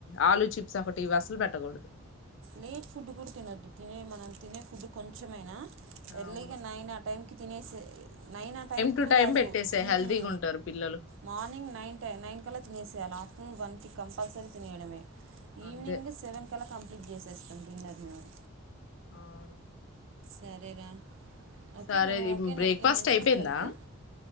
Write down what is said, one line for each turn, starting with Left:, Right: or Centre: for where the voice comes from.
Left: ఆలూ చిప్స్ ఒకటి ఇవి ఆసలు పెట్టకూడదు
Right: లేట్ ఫుడ్ కూడా తినొద్దు తినే మనం తినే ఫుడ్ కొంచెమైనా ఎర్లింగ్
Left: అవును
Right: నైన్ ఆ టైం కి తినేసే నైన్ ఆ టైం
Left: టు
Right: కుడు కాదు.
Left: పెట్టేసే
Right: ఉమ్
Left: హెల్తీగా ఉంటారు పిల్లలు
Right: మార్నింగ్ నైన్ టై నైన్ కల్లా తినసేయాలి ఆఫ్ హ్మ్మ్ వన్ కి కంపల్సరీ తినయడమే ఈవనింగ్
Left: అంతే
Right: సెవన్ కల కంప్లీట్ చేసేస్తాం డిన్నర్ మేము
Left: అవును
Right: సరే రా ఓకే
Left: సరే
Right: నను ఓకే నానికి
Left: బ్రేక్ఫాస్ట్
Right: మంచిగా
Left: అయిపోయిందా
Right: ఉందా హెల్త్.